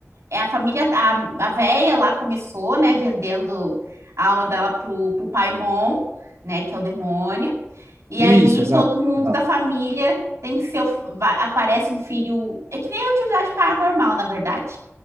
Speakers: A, on the right; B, on the right.
A: é a família, a, a véia lá começou, né, vendendo a alma dela pro, pro Paimon, né, que é o demônio. E
B: Isso,
A: aí
B: exato,
A: todo mundo
B: exato.
A: da família tem que ser, o- vai- aparece um filho, é que nem atividade paranormal, na verdade.